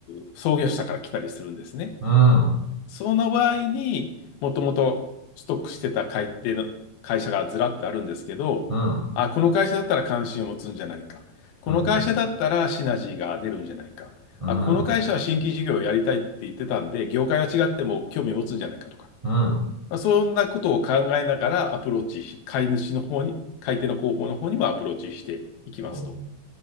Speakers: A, on the left; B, on the right.
A: ー創業者から来たりするんですね。
B: うん、
A: その場合に、もともとストックしてた買い手の会社がずらっとあるんですけど、
B: うん、
A: あ、この会社だったら関心を持つんじゃないか。この会社だったらシナジーが出るんじゃないか。
B: うん、うん、うん。
A: あ、この会社は新規事業をやりたいって言ってたんで、業界は違っても興味持つんじゃないかとか。
B: うん
A: まあ、そんなことを考えながらアプローチし、買い主の方に、買い手の広報の方にもアプローチしていきますと。
B: ほう